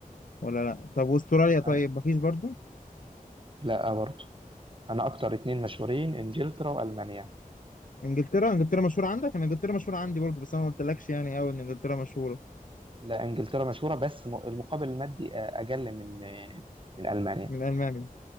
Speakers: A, on the left; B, on the right.
A: ولا لا طب واستراليا طيب
B: أنا
A: مفيش برضو
B: لا برضه انا اكتر اتنين مشهورين انجلترا والمانيا
A: انجلترا انجلترا مشهوره عندك انا انجلترا مشهوره عندي برضه بس انا ما قلتلكش يعني قوي ان انجلترا مشهوره
B: لا انجلترا مشهورة بس م- المقابل المادي أ- اقل من من المانيا
A: من المانيا